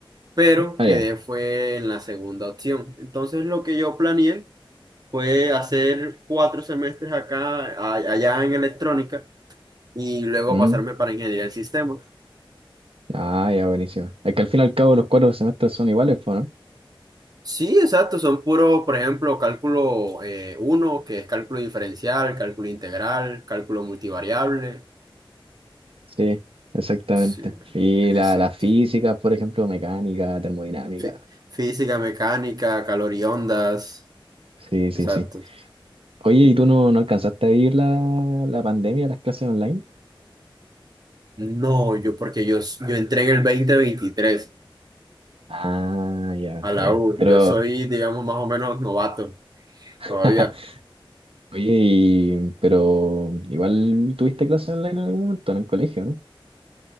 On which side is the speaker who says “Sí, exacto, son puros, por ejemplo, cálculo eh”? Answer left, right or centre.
Right